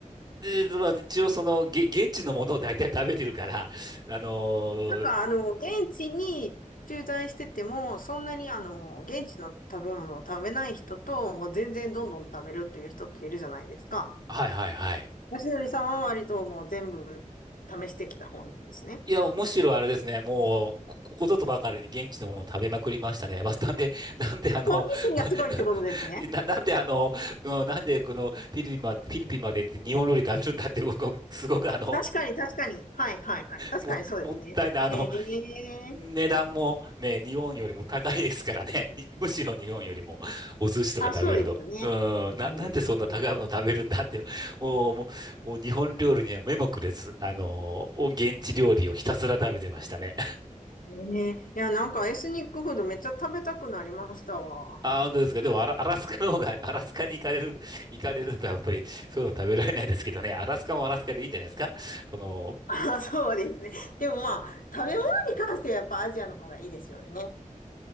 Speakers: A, on the right; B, on the left.
A: で、まあ、一応その、げ、現地のものを大体食べてるから、<laughs> あのー
B: なんかあの、現地に駐在してても、そんなにあの、現地の食べ物を食べない人と、もう全然どんどん食べるっていう人っているじゃないですか。
A: はいはいはい。
B: よしのりさんは割ともう全部試してきた方なんですね。
A: いや、むしろあれですね、もう、ここことばかりに現地のものを食べまくりましたね。まあ、なんで、なんであの、
B: 好奇心がすごいってことですね。
A: <laughs> な、なんであの、うん、なんでこのフィリピンまで、フィリピンまで行って日本料理食べるんだって僕、すごくあの、
B: 確かに、確かに。はい、はい、はい。確かにそうですね。
A: も、もったいない、あの、
B: ね
A: 値段もね、
B: え。
A: 日本よりも高いですからね。<laughs> にむしろ日本よりもお寿司とか食べると。
B: あ、そうですよね。
A: うん、
B: ね
A: な、なんでそんな高いもの食べるんだって。もう、もう、もう日本料理には目もくれず、あのー、現地料理をひたすら食べてましたね。
B: え。ねえ。いや、なんかエスニックフードめっちゃ食べたくなりましたわ。
A: <laughs> ああ、本当ですか。でもアラ、アラスカの方が、アラスカに行かれる、行かれるとやっぱりそういうの食べられないですけどね。アラスカもアラスカでいいんじゃないですか。その、
B: あ、そうですね。でもまあ、食べ物に関してはやっぱアジアの方がいいですよね。